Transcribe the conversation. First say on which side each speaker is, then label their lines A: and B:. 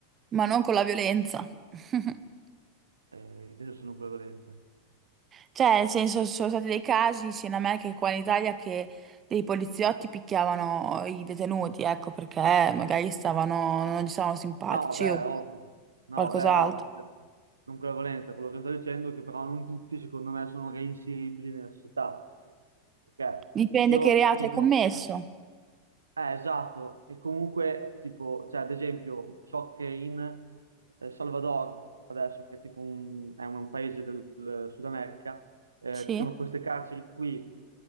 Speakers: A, on the right (about 25°); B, on the right (about 75°).
A: ma non con la violenza. <laughs>
B: Eh, invece sono nucleo volente.
A: Cioè, nel senso, ci sono stati dei casi sia in America che qua in Italia che dei poliziotti picchiavano i detenuti, ecco, perché magari stavano, non gli stavano simpatici
B: No, beh,
A: o
B: ovvio. No,
A: qualcos'altro.
B: bè, ovvio, certo. Nucleo volente. Quello che sto dicendo è che però non tutti, secondo me, sono reinseribili nella società. Perché
A: Dipende
B: io
A: che reato
B: la vedo,
A: hai commesso.
B: Eh, esatto, e comunque tipo, cioè ad esempio, so che in eh, Salvador, adesso che è tipo un, è un paese del, del Sud America, eh,
A: Sì?
B: ci sono queste carceri qui